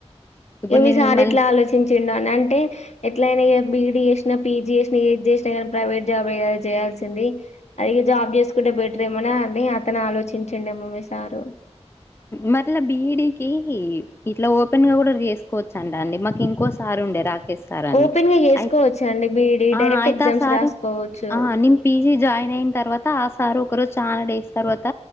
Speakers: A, on the left; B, on the left.
A: ఇప్పుడు
B: ఏమి
A: నేను
B: సార్
A: మిమ్మల్ని
B: ఇట్లా ఆలోచించిండో అని అంటే ఎట్లయినా బిడీ చేసినా పీజీ చేసినా ఏజ చేసినా కానీ ప్రైవేట్ జాబ్ కదా చేయాల్సింది అదిగే జాబ్ చేసుకుంటే బెటర్ ఏమోనా అని అతను ఆలోచించండేమో మీ సారు
A: మరలా బిఈడికి ఇట్లా ఓపెన్ గా కూడా చేసుకోవచ్చ అం అండి మాకు ఇంకో స్ సారుండే రాకేష్ సారా
B: ఓపెన్ గా చేసుకోవచ్చు
A: అయిత్
B: అండి బీఈడీ
A: ఆ
B: డైరెక్ట్
A: ఆయిత
B: ఎగ్జామ్స్
A: ఆ సార్
B: రాసుకోవచ్చు
A: ఆ నిం పిజి జాయిన్ అయిన తర్వాత ఆ సార్ ఒక రోజు చానా డేస్ తర్వాత